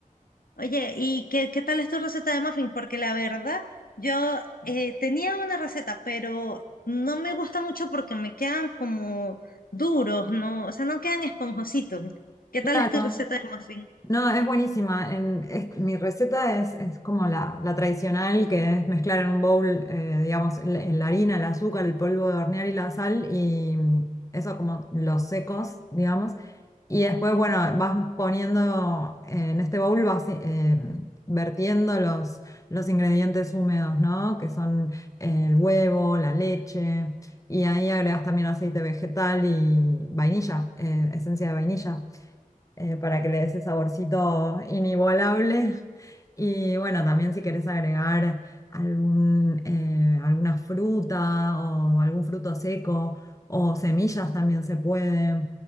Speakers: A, on the left; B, on the left.
A: Oye, ¿y qué, qué tal es tu receta de muffin? Porque la verdad, yo eh, tenía una receta, pero no me gusta mucho porque me quedan como duros, ¿no? O sea, no quedan esponjositos. ¿Qué
B: Claro,
A: tal es tu receta de muffin?
B: no, es buenísima. En- es- mi receta es, es como la, la tradicional, que es mezclar en un bowl, eh, digamos, la, la harina, el azúcar, el polvo de hornear y la sal, y mm, eso como los secos, digamos. Y después, bueno, vas poniendo eh, en este bowl, vas eh, vertiendo los, los ingredientes húmedos, ¿no? Que son eh, el huevo, la leche, y ahí agregas también aceite vegetal y vainilla, eh, esencia de vainilla eh, para que le dé ese saborcito inigualable. Y bueno, también si querés agregar algún, eh, alguna fruta o algún fruto seco o semillas también se puede.